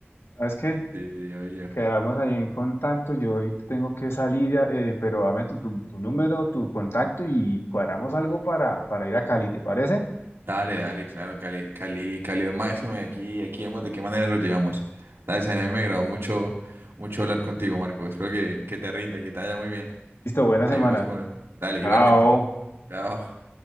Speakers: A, on the left; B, on the right.
A: ¿Sabes qué?
B: Sí, sí, oye.
A: Quedamos ahí en contacto. Yo ahorita tengo que salir, ya, eh, pero dame tu, tu, tu número, tu contacto y cuadramos algo para, para ir a Cali, ¿te parece?
B: Dale, dale, claro, Cali, Cali, calidad máxima y aquí, aquí vemos de qué manera lo llevamos. Dale, Zaina, a mí me agradó mucho, mucho hablar contigo, Marco. Espero que, que te rinda y que te vaya muy bien.
A: Listo, buena
B: Ahí
A: semana.
B: vemos cómo. Dale,
A: Chao.
B: igualmente. Chao.